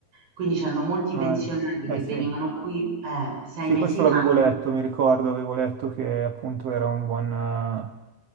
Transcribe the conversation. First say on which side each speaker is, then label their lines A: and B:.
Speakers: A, on the right; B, on the right.
A: Quindi c'erano molti
B: Ah,
A: pensionati
B: ecco. Eh
A: che
B: sì.
A: venivano qui, eh, 6
B: Sì,
A: mesi
B: questo l'avevo
A: l'anno
B: letto, mi ricordo, avevo letto che appunto era un buon, eh,